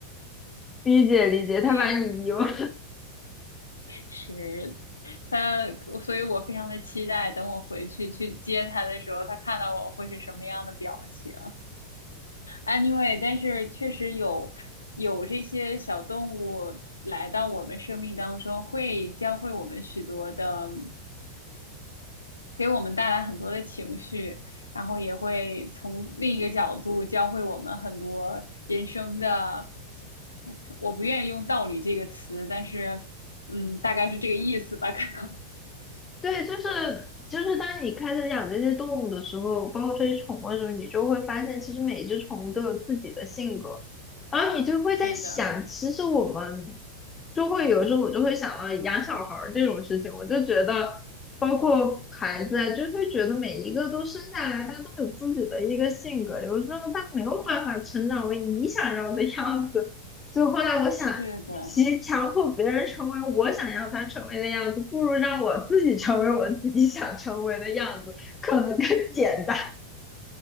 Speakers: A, on the left (about 20°); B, on the left (about 75°).
A: 理解理解，
B: 所以
A: 他把你遗忘。
B: 是他，所以我非常的期待，等我回去去接他的时候，他看到我会是什么样的表情。Anyway，但是确实有有这些小动物来到我们生命当中，会教会我们许多的，给我们带来很多的情绪，然后也会从另一个角度教会我们很多人生的。我不愿意用“道理”这个词，但是，嗯，大概是这个意思吧，可能
A: 对，就是就是当你开始养这些动物的时候，包括这些宠物的时候，你就会发现，其实每一只宠物都有自己的性格，然后你就会在想，
B: <laughs> 是的，
A: 其实我们就会有时候我就会想到养小孩儿这种事情，我就觉得，包括孩子啊，就会觉得每一个都生下来，他都有自己的一个性格，有时候他没有办法成长为你想要的样子，所以后来我想。
B: 是的，
A: 其强迫别人成为我想要他成为的样子，不如让我自己成为我自己想成为的样子，可能更简单。